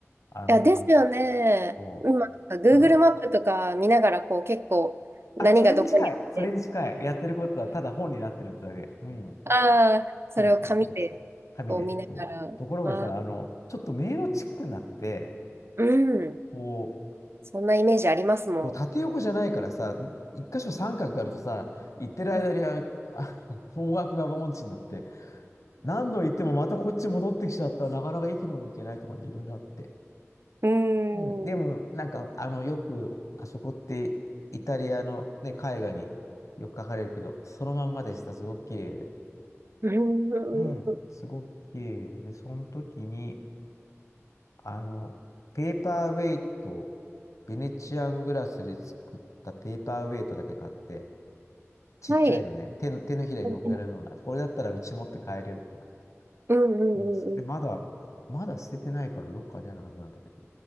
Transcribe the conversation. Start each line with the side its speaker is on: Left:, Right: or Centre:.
Left: あの
Right: や、ですよね。
Left: ー、こ
Right: 今、なんか Google
Left: うただ、
Right: マップとか見ながら、こう、結構、何がどこにあって、
Left: あ、それに近い。それに近い。やってることはただ本になってるってだけ。うん。
Right: ああ、それを紙で、
Left: そうそうそうそう。紙で。
Right: こう、見ながら、
Left: そう。ところがさ、
Right: ああ、
Left: あの、ちょっと迷路チックになってて、
Right: うん。
Left: こう、
Right: そんなイメージありますも
Left: そう縦横じゃないからさ、一箇所三角があるとさ、行ってる間にあ、
Right: ん。
Left: あの <laughs> 方角が音痴になって、何度行ってもまたこっち戻ってきちゃったらなかなか駅の方に行けないとかね、いろいろあって。
Right: うん。
Left: うん。でも、
Right: うーん。
Left: なんか、あの、よく、あそこってイタリアのね、絵画によく描かれるけど、そのまんまでした。すごく綺麗で。
Right: うーん
Left: うん、すごく綺麗で、で、その時に、あの、ペーパーウェイト、ベネチアングラスで作ったペーパーウェイトだけ買って、ちっちゃいのね、
Right: はい。
Left: 手の、手のひらに乗っけられるような、
Right: うん
Left: これだったらうち持って帰れると思って。
Right: うんう
Left: もうそれまだ、
Right: んう
Left: まだ捨ててないからどっかにあるはずなんだけど。